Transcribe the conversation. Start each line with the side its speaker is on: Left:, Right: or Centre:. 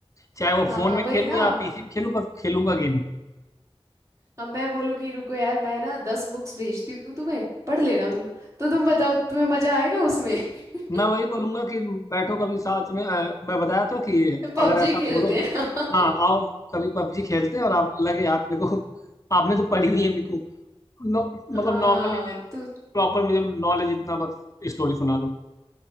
Left: चाहे वो
Right: हाँ
Left: फोन में
Right: वही
Left: खेलूँ
Right: ना
Left: या पीसी में खेलूँ बस खेलूंगा गेम ही
Right: अब मैं बोलूँ कि रुको यार मैं ना दस बुक्स भेजती हूँ तुम्हें पढ़ लेना तुम तो तुम बताओ तुम्हें मजा आएगा उसमें <laughs>
Left: मैं वही बोलूंगा कि बैठो कभी साथ में अ, मैं बताया तो कि
Right: पबजी
Left: अगर ऐसा
Right: खेलते
Left: बोलोगे
Right: हैं <laughs>
Left: हाँ आओ कभी पबजी खेलते हैं और आप लगे हाथ मेरे को आपने तो पढ़ी हुई है मेरे को नो-
Right: हाँ
Left: मतलब नॉर्मली मैं
Right: तो
Left: प्रॉपर मुझे नॉलेज इतना बस स्टोरी सुना दो